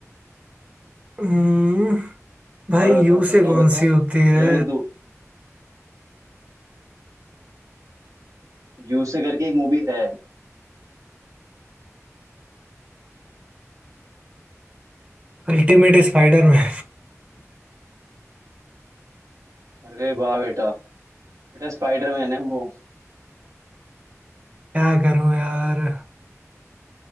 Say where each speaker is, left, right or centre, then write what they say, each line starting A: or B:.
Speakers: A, on the right; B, on the right.
A: हम्म, भाई
B: और बताओ
A: यू
B: बताओ
A: से कौन
B: बताओ
A: सी होती है
B: ये वेदू यू से करके एक मूवी है
A: Ultimate Spiderman
B: अरे वाह बेटा बेटा स्पाइडरमैन है वो
A: <laughs> क्या करूं यार